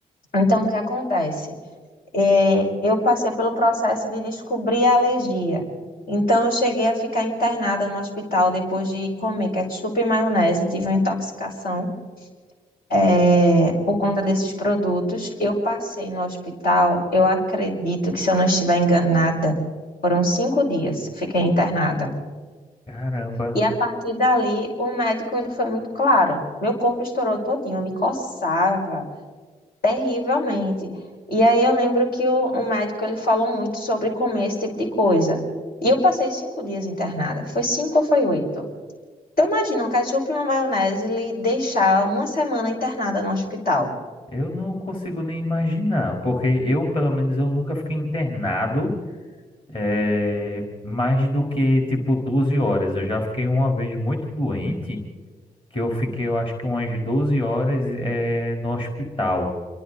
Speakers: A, on the left; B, on the left.
A: Então, o que acontece? É, eu passei pelo processo de descobrir a alergia. Então, eu cheguei a ficar internada no hospital depois de comer ketchup e maionese, tive uma intoxicação, é, por conta desses produtos. Eu passei no hospital, eu acredito que, se eu não estiver enganada, foram cinco dias, eu fiquei internada.
B: Caramba,
A: E a partir dali, o médico ele foi muito claro. Meu corpo estourou todinho, eu me coçava. Terrivelmente. E aí eu lembro que o, o médico ele falou muito sobre comer esse tipo de coisa. E eu passei cinco dias internada. Foi cinco ou foi oito? Então imagina um ketchup e uma maionese lhe deixar uma semana internada no hospital.
B: eu não consigo nem imaginar, porque eu, pelo menos, eu nunca fiquei internado. é, mais do que tipo 12 horas. Eu já fiquei uma vez muito doente, que eu fiquei, eu acho que umas 12 horas é, no hospital.